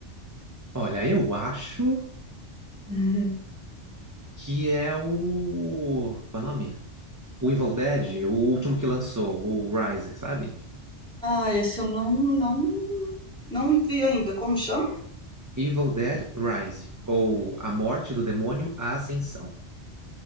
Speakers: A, on the right; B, in the centre.
A: Olha, eu acho
B: Uhum.
A: que é o. Qual é o nome? O Evil Dead, o último que lançou, o Rise, sabe?
B: Ah, esse eu não, não, não vi ainda. Como chama?
A: Evil Dead Rise, ou A Morte do Demônio, A Ascensão.